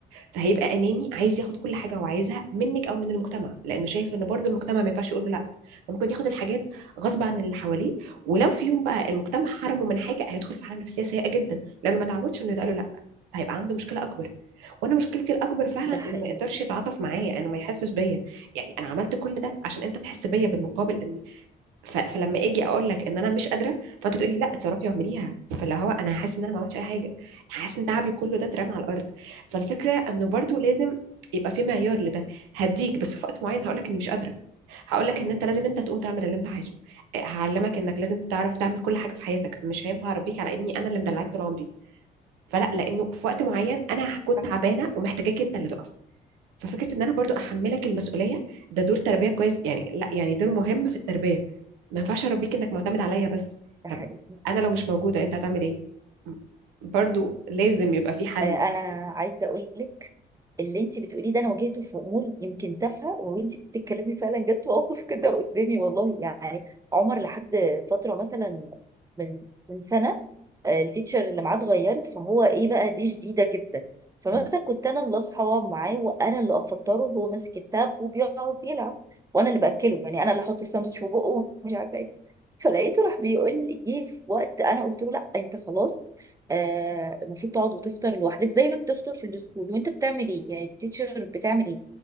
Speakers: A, on the right; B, on the right.
A: فهيبقى اناني عايز ياخد كل حاجه هو عايزها منك او من المجتمع لانه شايف ان برضو المجتمع ما ينفعش يقول له لا فممكن ياخد الحاجات غصب عن اللي حواليه ولو في يوم بقى المجتمع حرمه من حاجه هيدخل في حاله نفسيه سيئه جدا لانه ما تعودش انه يتقال له لا فهيبقى عنده مشكله اكبر وانا مشكلتي الاكبر فعلا
B: ده حقيقي
A: انه ما يقدرش يتعاطف معايا
B: ده حقيقي
A: انه ما يحسش بيا يعني انا عملت كل ده عشان انت تحس بيا بالمقابل ان ف... فلما اجي اقول لك ان انا مش قادره فانت تقولي لا اتصرفي واعمليها فاللي هو انا حاسس ان انا ما عملتش اي حاجه حاسس ان تعبي كله ده اترمى على الارض فالفكره انه برضو لازم يبقى في معيار لده هديك بس في وقت معين هقول لك اني مش قادره هقول لك ان انت لازم انت تقوم تعمل اللي انت عايزه هعلمك انك لازم تعرف تعمل كل حاجه في حياتك مش هينفع اربيك على اني انا اللي مدلعاك طول عمري فلا لانه في وقت معين انا هكون
B: صح
A: تعبانه ومحتاجاك انت اللي تقف ففكره ان انا برضو احملك المسؤوليه ده دور تربيه كويس يعني لا يعني دور مهم في التربيه ما ينفعش اربيك انك معتمد عليا بس
B: ده
A: طب
B: حقيقي.
A: انا لو مش موجوده انت هتعمل ايه م- برضو لازم يبقى في حل
B: آه،
A: فاهمين؟
B: انا عايزه اقول لك اللي انت بتقوليه ده انا واجهته في امور يمكن تافهه وانت بتتكلمي فعلا جت مواقف كده قدامي والله يعني عمر لحد فتره مثلا من من سنه آه، التيتشر اللي معاه اتغيرت فهو ايه بقى دي شديده جدا فمثلا
A: م.
B: كنت انا اللي اصحى واقعد معاه وانا اللي افطره وهو ماسك التاب وبيقعد يلعب وانا اللي باكله يعني انا اللي احط الساندوتش في بقه ومش عارفه ايه فلقيته راح بيقول لي جه في وقت انا قلت له لا انت خلاص آه، المفروض تقعد وتفطر لوحدك زي ما بتفطر في السكول وانت بتعمل ايه يعني التيتشر بتعمل ايه